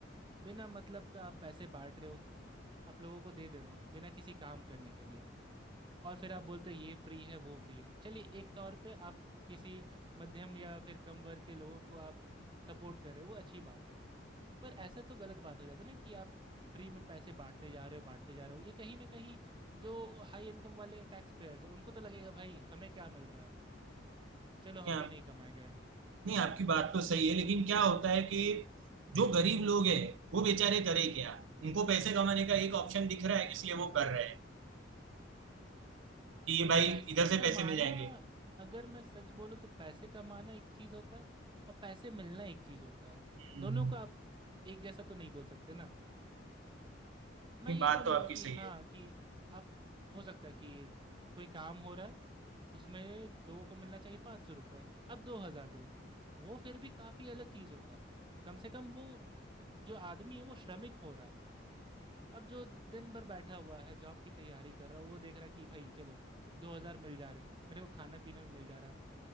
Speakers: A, on the right; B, on the right.
A: बिना मतलब का आप पैसे बांट रहे हो आप लोगों को दे दे रहे हो बिना किसी काम करने के लिए और फिर आप बोलते हो ये फ्री है वो फ्री है चलिए एक तौर पे आप किसी मध्यम या फिर कम वर्ग के लोगों को आप सपोर्ट कर रहे हो वो अच्छी बात है पर ऐसा तो गलत बात हो जाता है ना कि आप फ्री में पैसे बांटते जा रहे हो बांटते जा रहे हो ये कहीं ना कहीं जो हाई इनकम वाले टैक्स पेयर्स हैं उनको तो लगेगा भाई हमें क्या मिल रहा है चलो हम
B: नहीं, आप,
A: भी नहीं कमाएंगे
B: नहीं आपकी बात तो सही है लेकिन क्या होता है कि जो गरीब लोग हैं वो बेचारे करे क्या उनको पैसे कमाने का एक ऑप्शन दिख रहा है इसलिए वो कर रहे हैं कि ये भाई
A: पैसे
B: इधर से
A: कमाना
B: पैसे मिल जाएंगे
A: अगर मैं सच बोलूं तो पैसे कमाना एक चीज़ होता है और पैसे मिलना एक चीज़ होता है
B: हम्म,
A: दोनों
B: हम्म,
A: को आप एक जैसा तो नहीं बोल सकते ना मैं
B: नहीं
A: यही
B: बात
A: बोलूंगा
B: तो आपकी
A: कि
B: सही
A: हाँ
B: है
A: कि आप हो सकता है कि कोई काम हो रहा है उसमें लोगों को मिलना चाहिए पाँच सौ रुपये अब दो हज़ार दो वो फिर भी काफ़ी अलग चीज़ होगा कम से कम वो जो आदमी है वो श्रमिक हो रहा है अब जो दिन भर बैठा हुआ है जॉब की तैयारी कर रहा है वो देख रहा है कि भाई चलो दो हज़ार मिल जा रहे हैं मेरे को खाना पीना भी मिल जा रहा है